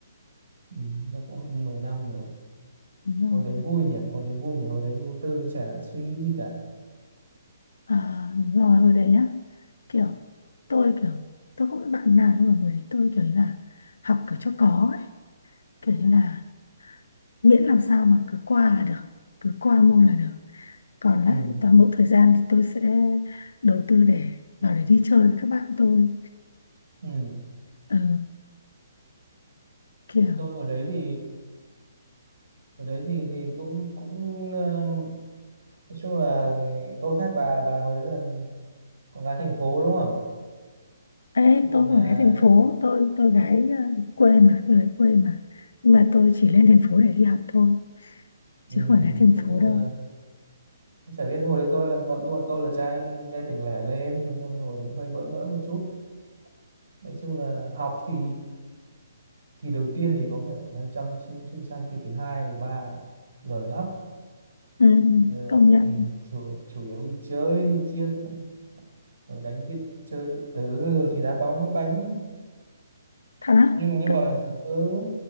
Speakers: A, on the right; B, on the left.
A: ừ, ra cũng hơn 10 năm rồi
B: Đúng rồi.
A: hồi đấy vui nhỉ hồi đấy vui nhỉ hồi đấy vô tư chả suy nghĩ gì cả
B: À, đúng rồi, hồi đấy á, kiểu tôi kiểu tôi không biết bạn nào nhưng mà hồi đấy tôi kiểu như là học kiểu cho có ấy, kiểu như là miễn làm sao mà cứ qua là được, cứ qua môn là được. Còn
A: ừ.
B: lại toàn bộ thời gian thì tôi sẽ đầu tư để vào để đi chơi với các bạn tôi.
A: Ừ.
B: Ờ, kiểu
A: tôi hồi đấy thì hồi đấy thì thì cũng cũng ờ, nói chung là tôi khác bà bà hồi đấy là con gái thành phố đúng không ạ?
B: Ê,
A: chung
B: tôi
A: là nhà
B: không phải gái thành phố tôi tôi gái ờ, quê mà tôi là quê mà nhưng mà tôi chỉ lên thành phố để đi học thôi
A: ừ.
B: chứ không phải gái thành
A: thế nhưng
B: phố đâu
A: mà chả biết hồi đấy tôi là bọn như bọn tôi là trai trai tỉnh lẻ lên nói chung hồi đấy hơi bỡ ngỡ một chút nói chung là học thì kỳ đầu tiên thì có vẻ em chăm chỉ cũng sang kỳ thứ hai thứ ba là lười lắm
B: ừ,
A: Ờ,
B: công nhận
A: ừ, chủ, chủ yếu đi chơi đi chiên rồi đánh điện chơi điện tử rồi thì đá bóng đá bánh
B: thật á
A: nhưng nhưng
B: cấp
A: mà ừ,